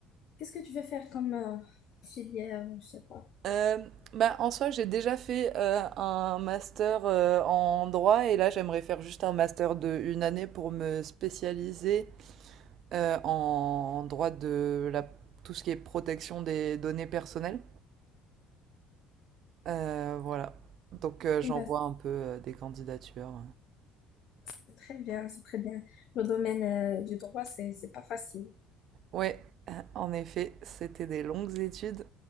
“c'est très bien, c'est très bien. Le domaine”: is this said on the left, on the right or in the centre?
Left